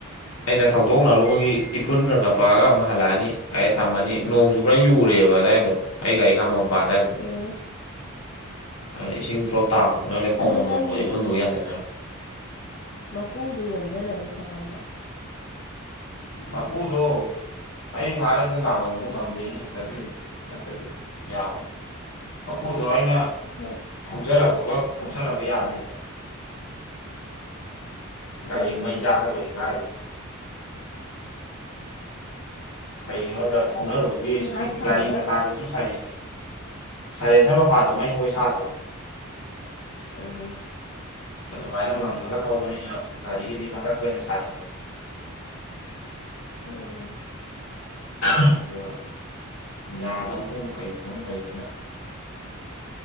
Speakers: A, on the left (about 70°); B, on the left (about 45°).
A: ꯑꯩꯅ ꯊꯧꯗꯣꯛꯅꯔꯨꯕꯒꯤ ꯏꯐꯨꯟ ꯈꯔ ꯈꯔ ꯄꯛꯑꯒ ꯑꯃꯨꯛ ꯍꯜꯂꯛꯑꯅꯤ ꯑ ꯊꯝꯃꯅꯤ ꯅꯣꯡꯁꯨꯨ ꯈꯔ ꯌꯨꯔꯦꯕ ꯑꯗꯨꯋꯥꯏꯗꯣ ꯑꯩ ꯒꯥꯔꯤ ꯈꯥꯝꯕ ꯃꯄꯥ ꯑꯗꯨꯋꯥꯏꯗꯣ
B: ꯎꯝ
A: ꯑꯗꯨꯅ ꯏꯁꯤꯡ ꯗ꯭ꯔꯣꯞ ꯇꯥꯕꯗꯅ ꯂꯩꯈꯣꯝ
B: ꯑꯗꯨ
A: ꯑꯣꯟꯗꯣꯔꯛꯄ
B: ꯅꯪꯒꯤ
A: ꯏꯐꯨꯟꯗꯣ ꯌꯥꯟꯁꯤꯟꯅꯔ
B: ꯃꯀꯨꯗꯣ ꯌꯣꯝꯁꯤꯜꯂꯗꯤ ꯐꯇꯧꯕ
A: ꯃꯒꯨꯗꯣ ꯑꯩꯅ ꯂꯥꯛꯕꯗꯣ
B: ꯎꯝ
A: ꯉꯝꯗꯦꯅꯦ ꯍꯦꯛꯇ ꯑꯗꯨꯏ ꯅꯠꯇꯗꯤ ꯌꯥꯕ ꯃꯄꯨꯗꯣ ꯑꯩꯅ
B: ꯍꯣꯏ
A: ꯊꯧꯆꯜꯂꯛꯄꯒ ꯐꯣꯆꯜꯂꯛꯄꯒ ꯌꯥꯗꯦꯕ ꯒꯥꯔꯤ
B: ꯎꯝ
A: ꯃꯩ ꯆꯥꯛꯒꯗꯨꯢꯅꯦ ꯀꯥꯢꯗꯩꯅꯣ ꯀꯩꯒꯤꯅꯣꯗ ꯊꯥꯎꯅꯔꯨꯕꯒꯤ
B: ꯉꯥꯏꯍꯥꯛ ꯊꯝꯃꯒ
A: ꯒꯥꯔꯤ ꯃꯆꯥꯗ ꯁꯨꯝ ꯁꯥꯏꯂꯦꯟꯁ ꯁꯔꯦꯟꯁ꯭ꯔ ꯃꯄꯥꯗꯣ ꯃꯩ ꯍꯧꯉꯩꯢ ꯁꯥꯗ꯭ꯔꯣ
B: ꯎꯝ
A: ꯑꯗꯨꯃꯥꯏꯅ ꯉꯡꯉꯒ ꯊꯧꯕꯅꯤꯅ ꯒꯥꯔꯤꯒꯤꯗꯤ ꯃꯊꯛꯇꯣꯏꯅ ꯁꯥꯏ
B: ꯎꯝ
A: ꯑꯗꯣ ꯌꯥꯗꯕꯒꯨꯝꯕ ꯀꯩꯒꯨꯝꯕ ꯑꯃ ꯂꯩꯕꯅ